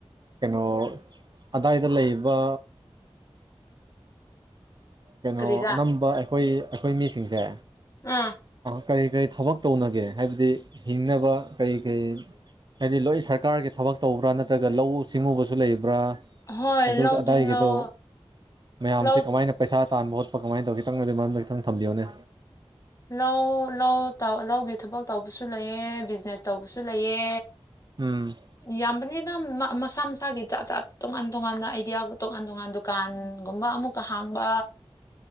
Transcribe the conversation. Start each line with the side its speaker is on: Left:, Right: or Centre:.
Right: ꯀꯩꯅꯣ ꯑꯗꯥꯏꯗ ꯂꯩꯕ ꯀꯩꯅꯣ
Left: ꯀꯔꯤꯔꯥ
Right: ꯑꯅꯝꯕ ꯑꯩꯈꯣꯏ ꯑꯩꯈꯣꯏ ꯃꯤꯁꯤꯡꯁꯦ
Left: ꯑꯥ
Right: ꯀꯔꯤ ꯀꯔꯤ ꯊꯕꯛ ꯇꯧꯅꯒꯦ ꯍꯥꯏꯕꯗꯤ ꯍꯤꯡꯅꯕ ꯀꯔꯤ ꯀꯔꯤ ꯍꯥꯏꯗꯤ ꯂꯣꯏ ꯁꯔꯀꯥꯔꯒꯤ ꯊꯕꯛ ꯇꯧꯕ꯭ꯔꯥ ꯅꯠꯇ꯭ꯔꯒ ꯂꯧꯎ ꯁꯤꯡꯎꯕꯁꯨ ꯂꯩꯕ꯭ꯔꯥ
Left: ꯍꯣꯏ
Right: ꯑꯗꯨ
Left: ꯂꯧ
Right: ꯑꯗꯥꯏꯒꯤꯗꯣ
Left: ꯆꯤꯡꯂꯧ
Right: ꯃꯌꯥꯝꯁꯦ
Left: ꯂꯧ
Right: ꯀꯃꯥꯏꯅ ꯄꯩꯁꯥ ꯇꯥꯟꯕ ꯈꯣꯠꯄ ꯀꯃꯥꯏ ꯇꯧ ꯈꯤꯇꯪ ꯑꯗꯨ ꯃꯔꯝ ꯈꯤꯇꯪ ꯊꯝꯕꯤꯌꯣꯅꯦ
Left: ꯂꯧ ꯂꯧ ꯂꯧꯒꯤ ꯊꯕꯛ ꯇꯧꯕꯁꯨ ꯂꯩꯑꯦ ꯕꯤꯖꯤꯅꯦꯁ ꯇꯧꯕꯁꯨ ꯂꯩꯌꯦ
Right: ꯎꯝ
Left: ꯌꯥꯝꯕꯅꯦꯅ ꯃꯁꯥ ꯃꯁꯥꯒꯤ ꯖꯠ ꯖꯥꯠ ꯇꯣꯉꯥꯟ ꯇꯣꯉꯥꯟꯅ ꯑꯥꯏꯗꯤꯌꯥ ꯇꯣꯉꯥꯟ ꯇꯣꯉꯥꯟ ꯗꯨꯀꯥꯟꯒꯨꯝꯕ ꯑꯃꯨꯛ ꯀꯍꯥꯡꯕ